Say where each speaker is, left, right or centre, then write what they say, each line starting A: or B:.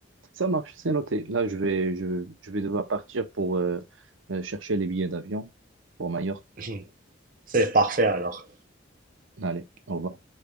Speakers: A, on the right; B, on the right.
A: Ça marche, c'est noté. Là, je vais, je, je vais devoir partir pour euh, euh, chercher les billets d'avion pour Majorque.
B: <laughs> C'est parfait alors.
A: Allez, au revoir.